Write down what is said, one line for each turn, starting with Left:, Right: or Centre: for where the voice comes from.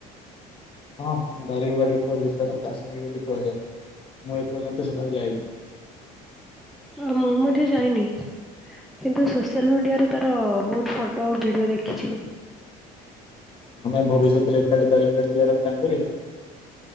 Left: ହଁ ଦାରିଙ୍ଗବାଡ଼ି କୁ ତ ଓଡିଶାର କାଶ୍ମୀର ବୋଲି କୁହାଯାଏ। ମୁଁ ଏପର୍ଯ୍ୟନ୍ତ ସେଟାକୁ ଯାଇନି।
Centre: ହୁଁ ମୁଁ ମଧ୍ୟ ଯାଇନି। କିନ୍ତୁ ସୋସିଆଲ ମିଡ଼ିଆରେ ତାର ବହୁତ ଫଟୋ ଭିଡ଼ିଓ ଦେଖିଛି।
Left: ଆମେ ଭବିଷ୍ୟତରେ ଏକାଠି ଦାରିଙ୍ଗବାଡ଼ି ଯିବାର ପ୍ଲାନ୍ କରିବା?